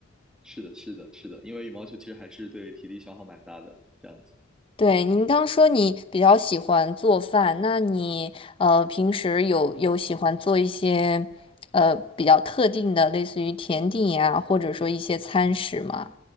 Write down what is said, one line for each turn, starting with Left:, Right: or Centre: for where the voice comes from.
Centre: 是的，是的，是的，因为羽毛球其实还是对体力消耗蛮大的，这样子。
Left: 对，您刚说你比较喜欢做饭，那你呃平时有有喜欢做一些呃比较特定的，类似于甜点呀，或者说一些餐食吗？